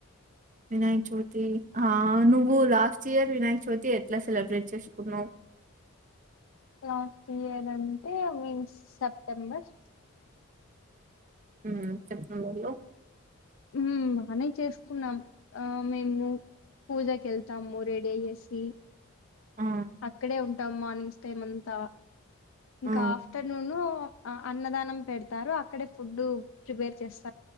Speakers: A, on the right; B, on the left.
A: వినాయక చవితి, ఆ నువ్వు లాస్ట్ ఇయర్ వినాయక చవితి ఎట్లా సెలబ్రేట్ చేసుకున్నావ్?
B: లాస్ట్ ఇయర్ అంటే, మీన్స్ సెప్టెంబర్
A: ఉమ్ సెప్టెంబర్లో
B: ఉమ్ బానే చేసుకున్నాం, ఆ మేము పూజాకి వెళ్తాము రెడీ అయ్యేసి.
A: ఆ
B: అక్కడే ఉంటాం మార్నింగ్స్ టైంతా
A: ఆ
B: ఇంకా ఆఫ్టర్నూను ఆ అన్నదానం పెడతారు అక్కడే ఫుడ్డు ప్రిపేర్ చేస్తా